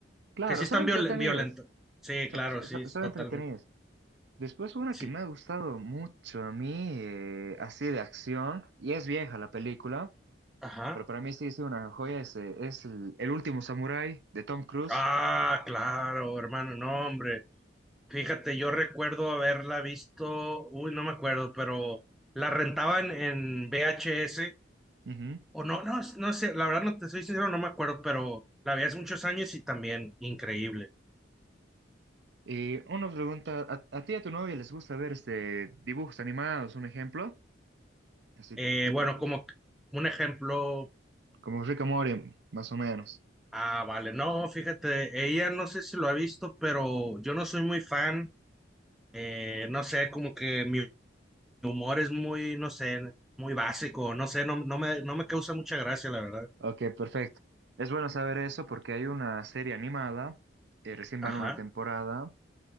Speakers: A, on the right; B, in the centre.
A: Claro,
B: Que sí están
A: son entretenidas.
B: violen- violentas. Sí,
A: Son,
B: claro,
A: son-
B: sí,
A: son
B: totalmente.
A: entretenidas. Después una
B: Sí,
A: que me ha gustado mucho a mí, eh, así de acción, y es vieja la película,
B: ajá.
A: pero para mí sí es una joya, es, eh, es el, El último samurái de Tom Cruise.
B: Ah, claro, hermano, no, hombre. Fíjate, yo recuerdo haberla visto, uy, no me acuerdo, pero la rentaban en VHS
A: Ujú.
B: O no, no, no sé, la verdad no te soy sincero, no me acuerdo, pero la vi hace muchos años y también increíble.
A: Y una pregunta, ¿a, a ti y a tu novia les gusta ver este, dibujos animados, un ejemplo? Así
B: Eh,
A: tipo,
B: bueno, como c- un ejemplo,
A: como Rick and Morty, más o menos.
B: ah, vale, no, fíjate, ella no sé si lo ha visto, pero yo no soy muy fan, eh, no sé, como que mi humor es muy, no sé, muy básico, no sé, no, no me, no me causa mucha gracia, la verdad.
A: Ok, perfecto. Es bueno saber eso porque hay una serie animada, eh, recién van
B: Ajá,
A: una temporada